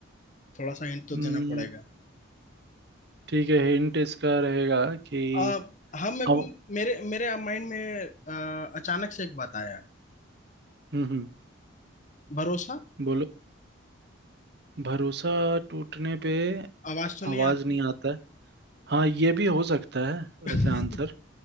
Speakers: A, on the left; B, on the right.
A: थोड़ा सा हिंट तो
B: हम्म,
A: देना पड़ेगा
B: ठीक है हिंट इसका रहेगा कि
A: आ, हाँ मेरे
B: हव-
A: को मेरे मेरे माइंड में आ, अचानक से एक बात आया
B: हम्म हम्म
A: भरोसा
B: बोलो भरोसा टूटने पे
A: आवाज तो नहीं
B: आवाज
A: आता
B: नहीं आता है हाँ ये भी हो सकता है वैसे
A: है। <laughs>
B: आंसर